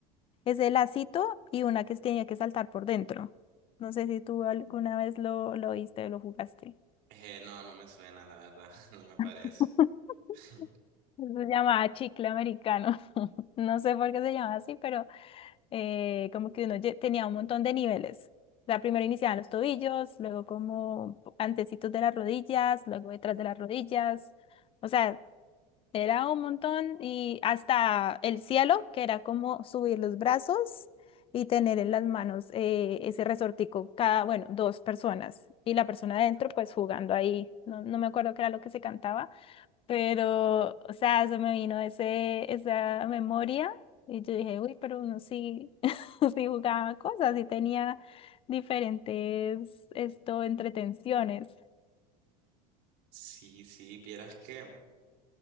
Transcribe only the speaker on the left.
ese lacito y una que tenía que saltar por dentro. No sé si tú alguna vez lo, lo viste o lo jugaste.
<laughs>
Se llamaba chicle americano. <laughs> No sé por qué se llama así, pero eh, como que uno lle- tenía un montón de niveles. O sea, primero iniciaban los tobillos, luego como antecitos de las rodillas, luego detrás de las rodillas. O sea, era un montón y hasta el cielo, que era como subir los brazos y tener en las manos eh, ese resortico, cada, bueno, dos personas. Y la persona adentro, pues jugando ahí. No, no me acuerdo qué era lo que se cantaba pero, o sea, se me vino ese, esa memoria y yo dije, uy, pero uno sí, <laughs> sí jugaba cosas, sí tenía diferentes, esto, entretenciones.